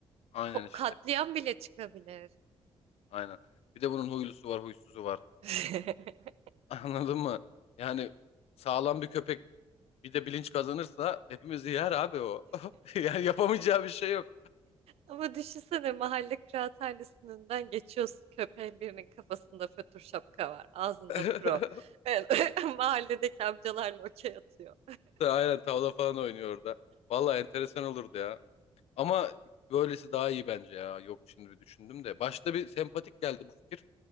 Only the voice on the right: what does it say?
ko-
katliam bile çıkabilir.
<laughs>
Ama düşünsene mahalle kıraathanesinden geçiyorsun köpeğin birinin kafasında fötr şapka var ağzında
pro. Evet, <laughs> Mahalledeki amcalarla okey atıyor.